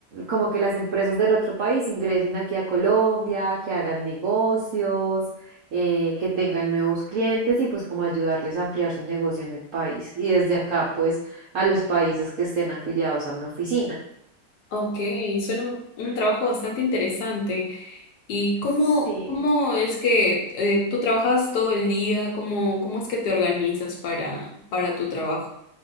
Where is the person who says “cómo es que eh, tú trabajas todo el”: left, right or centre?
Left